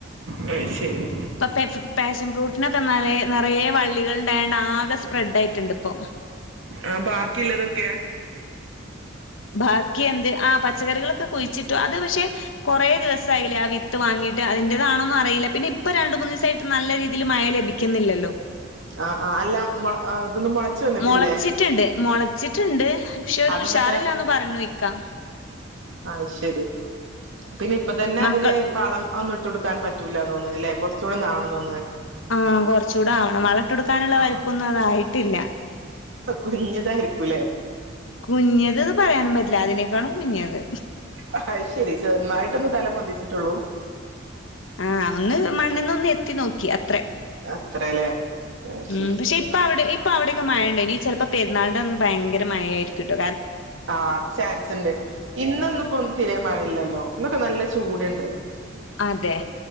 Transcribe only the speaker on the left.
ഇപ്പോ പ പാഷൻ ഫ്രൂട്ടിനൊക്കെന്നാല നിറയ വള്ളികൾ ണ്ടേണ്ട ആകെ സ്പ്രെഡ് ആയിട്ടുണ്ട് ഇപ്പൊ
ബാക്കി എന്ത് ആ പച്ചക്കറികളൊക്കെ കുഴിച്ചിട്ടോ അത് പക്ഷെ കുറേ ദിവസായില്ലേ ആ വിത്ത് വാങ്ങിട്ട് അതിന്റേതാണോന്നും അറിയില്ല പിന്ന ഇപ്പൊ രണ്ടു മൂന്ന് ദിവസമായിട്ട് നല്ല രീതിയിൽ മ മഴ ലഭിക്കുന്നില്ലല്ലോ?
മുളച്ചിട്ടുണ്ട് മുളച്ചിട്ടുണ്ട് പക്ഷെ ഒരു
ഉഷാറില്ലാന്ന് പറഞ്ഞു ഇക്കാ
മക്കൾ
ആഹ് കൊറച്ചുകൂടെ ആവണം വളട്ടൊടുക്കാനുള്ള
വലിപ്പൊന്നും അതായിട്ടില്ല
കുഞ്ഞത്ന് പറയാനും പ അല്ലാ അതിനേക്കാളും കുഞ്ഞത്
ആഹ് ഒന്ന് മണ്ണ്ന്ന് ഒന്ന് എത്തി നോക്കി അത്രേ
ഉം
പക്ഷെ ഇപ്പ അവിടെ ഇപ്പൊ അവിടെക്കെ മഴണ്ട ഇനി ചിലപ്പോ പെരുന്നാളിന്റെ അന്ന് ഭയങ്കര മഴ ആയിരിക്കുട്ടോ
അതെ